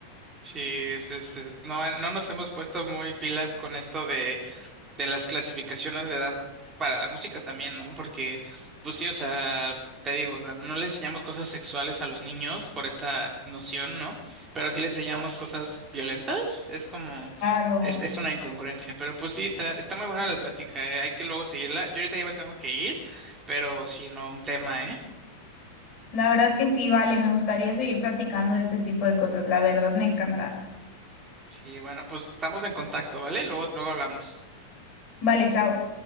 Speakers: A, on the right (about 20°); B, on the left (about 35°).
A: Sí, es, es- es- no, no nos hemos puesto muy pilas con esto de, de las clasificaciones de edad para la música también, ¿no? Porque, pues sí, o sea, te digo, o sea, no le enseñamos cosas sexuales a los niños por esta noción, ¿no? Pero sí le enseñamos cosas violentas, es como,
B: Claro.
A: es, es una incongruencia, pero pues sí, está, está muy buena la plática, ¿eh? Hay que luego seguirla. Yo ahorita ya me tengo que ir, pero sí, no, un tema, ¿eh?
B: La verdad que sí, vale, me gustaría seguir platicando de este tipo de cosas. La verdad me encanta.
A: Sí, bueno, pues estamos en contacto, ¿vale? Luego, luego hablamos.
B: Vale, chao.